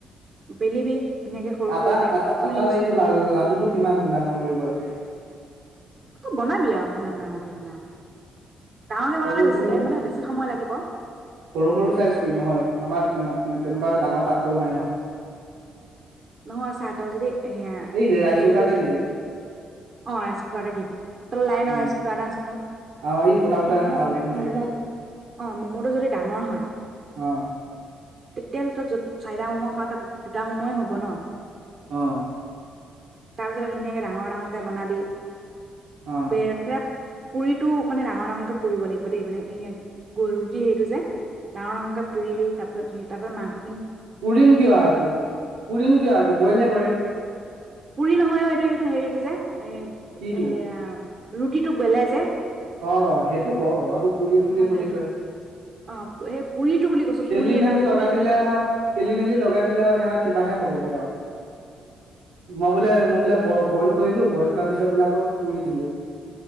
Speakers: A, on the right (about 45°); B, on the right (about 85°).
A: বেলিবি। ধুনীয়াকে সৰু
B: আটা-
A: সৰুকে
B: আটা
A: পুৰি
B: - আটাৰ
A: নিচিনা
B: এইটো লা -লাডুটো কিমান ডাঙৰ কৰিব লাগে?
A: তই বনাবি আৰু কিমান ডাঙৰকে বনাও। ডাঙৰকে
B: সৰু
A: বনালে বেছি
B: সৰু,
A: টাইম মানে বেছি সময় লাগিব
B: সৰু সৰু চাইজ কৰিম হয়। আমাৰ তেনেকুৱা ডাঙৰ পাত্ৰও নাই নহয়।
A: নহয় চা তই যদি এয়া
B: এই ৰাইচ
A: হেৰিটো
B: কুকাৰতে দি দিম।
A: অ ৰাইচ কুকাৰতে দিবি তল লাইনৰ
B: উম
A: ৰাইচ কুকাৰ এটা আছে।
B: অ এই ফুটা ফুটা
A: মম'
B: এখন জালনী
A: -
B: এখন
A: মম'
B: থাকে
A: অ মম'টো যদি ডাঙৰ হয়
B: অ
A: <unintelligible> যত চাৰিটা ম'ম' খাওঁ তাক দুটা ম'ম' য়ে হ'ব ন?
B: অ'।
A: তাৰপিছতে ধুনীয়াকে ডাঙৰ ডাঙৰকে বনাবি। <unintelligible>
B: অ
A: পুৰিটো মানে ডাঙৰ ডাঙৰকে পুৰিব লাগিব দেই মানে এইয়া ৰুটি সেইটো যে ডাঙৰ ডাঙৰকে পুৰিবি তাৰ পিছত - তাৰ পিছত মাংস
B: উৰিম কিয় আকো? উৰিম কিয় আকো? বইল হে কৰে।
A: পুৰি নহয় অ এইটো সেইটো হেৰিটো যে এ
B: কিটো
A: ৰুটিটো বেলে যে।
B: অ অ। সেইটো ক আকৌ পুৰিম বুলি
A: অ'
B: কলি
A: সেইটো
B: তই।
A: অ' সেই পুৰিটো বুলি কৈছো
B: খেলি
A: পুৰি
B: মেলি
A: এটা পুৰি
B: লগাই
A: যেনেকে
B: দিলে আৰু খেলি মেলি লগাই দিলে আৰু সেয়া কিবাহে হব। <unintelligible> মই বোলে মই বোলে বৰ বইল কৰিলোঁ বইল কৰাৰ পিছত বোলে আকৌ পুৰি দিলোঁ।